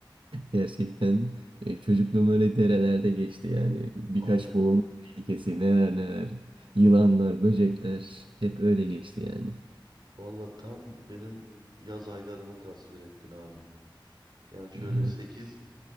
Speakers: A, on the right (about 80°); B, on the right (about 60°).
A: Gerçekten e, çocukluğum öyle derelerde geçti yani. Birkaç
B: Aynı.
A: boğulma tehlikesi, neler neler. Yılanlar, böcekler hep öyle geçti yani.
B: Vallahi tam benim yaz aylarımı tasvir ettin abi. Yani şöyle
A: Evet,
B: sekiz